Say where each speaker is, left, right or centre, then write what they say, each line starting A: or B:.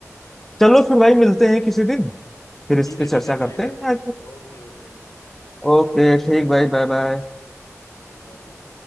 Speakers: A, in the centre; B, on the left.
A: चलो फिर भाई मिलते हैं किसी दिन फिर इस
B: ठीक
A: पे
B: है
A: चर्चा
B: ठीक है चलेगा
A: करते हैं
B: Okay okay okay
A: ओके ठीक भाई बाय बाय
B: Get my love.